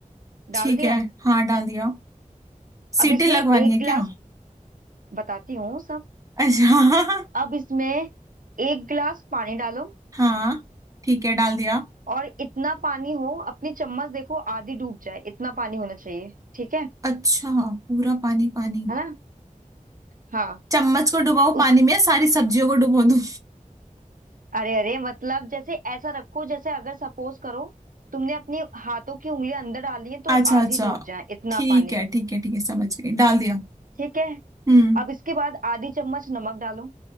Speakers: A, on the right; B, on the right.
A: ठीक
B: डाल दिया
A: है हाँ डाल दिया सीटी
B: अब इसमें
A: लगवानी
B: एक
A: है
B: गिलास
A: क्या
B: बताती हूँ सब
A: अच्छा
B: अब इसमें एक गिलास पानी डालो
A: हाँ ठीक है डाल दिया
B: और इतना पानी हो अपनी चम्मच देखो आधी डूब जाए इतना पानी होना चाहिए ठीक है
A: अच्छा पूरा पानी पानी
B: है ना हाँ
A: चम्मच को डुबाओ
B: उस
A: पानी में सारी सब्जियों को डुबो दूं
B: अरे अरे मतलब जैसे ऐसा रखो जैसे अगर सपोज करो तुमने अपनी हाथों की उंगलियां अंदर डाली है तो
A: अच्छा
B: आधी
A: अच्छा
B: डूब जाए इतना
A: ठीक
B: पानी
A: है ठीक है ठीक है समझ गई डाल दिया
B: ठीक है
A: हम्म
B: अब इसके बाद आधी चम्मच नमक डालो